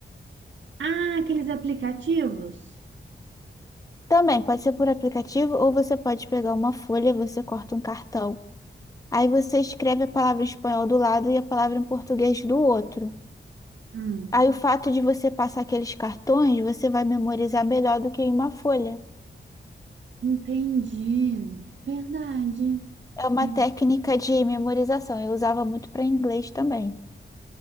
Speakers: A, on the right (about 80°); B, on the left (about 20°).
A: Ah, aqueles aplicativos?
B: Também pode ser por aplicativo ou você pode pegar uma folha, você corta um cartão. Aí você escreve a palavra em espanhol do lado e a palavra em português do outro.
A: Hum.
B: Aí o fato de você passar aqueles cartões, você vai memorizar melhor do que em uma folha.
A: Entendi. Verdade.
B: É uma
A: Verdade.
B: técnica de memorização. Eu usava muito para inglês também.